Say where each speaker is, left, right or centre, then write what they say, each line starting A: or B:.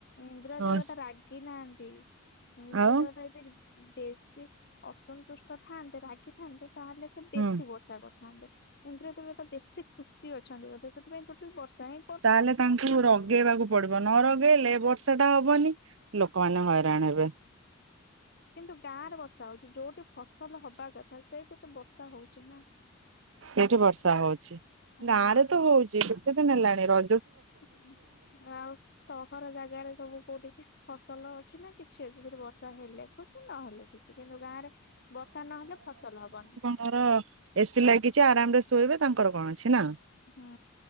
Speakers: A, on the left; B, on the right.
A: ଇନ୍ଦ୍ର
B: ହଁ
A: ଦେବତା ରାଗିନାହାନ୍ତି। ଜିନ୍ଦ୍ର
B: ଆଉ
A: ଦେବତା ଯଦି ବେଶୀ ଅସନ୍ତୁଷ୍ଟ ଥାନ୍ତେ ରାଗିଥାନ୍ତେ ତାହେଲେ ସେ ବେଶୀ
B: ହୁଁ
A: ବର୍ଷା କରିଥାନ୍ତେ। ଇନ୍ଦ୍ର ଦେବତା ବେଶୀ ଖୁସି ଅଛନ୍ତି ବୋଧେ ସେଥିପାଇଁ ଟୋଟାଲ ବର୍ଷା ହଁ
B: ତାହେଲେ ତାଙ୍କୁ ରଗେଇବାକୁ ପଡିବ ନରଗେଇଲେ ବର୍ଷାଟା ହବନି। ଲୋକମାନେ ହଇରାଣ ହେବେ।
A: କିନ୍ତୁ ଗାଁରେ ବର୍ଷା ହଉଛି ଯୋଉଠି ଫସଲ ହବା କଥା ସେଇଠି ତ ବର୍ଷା ହଉଛି ନା।
B: ସେଇଠି ବର୍ଷା ହଉଛି।
A: ହଁ
B: ଗାଁରେ ତ ହଉଛି କେତେ ଦିନି ହେଲାଣି ର
A: ହୁଁ ଆଉ ସହର ଜାଗାରେ ସବୁ କୋଉଠିି ଫସଲ ଅଛି ନା କିଛି ଅଛି ସେଠି ବର୍ଷା ହେଲେ ଖୁସି ନହେଲେ ଖୁସି କିନ୍ତୁ ଗାଁରେ ବର୍ଷା ନହେଲେ ଫସଲ ହବନି।
B: ଙ୍କର ଏସି ଲାଗିଛି ଆରାମରେ ଶୋଇବେ ତାଙ୍କର କଣ ଅଛି ନା?
A: ହୁଁ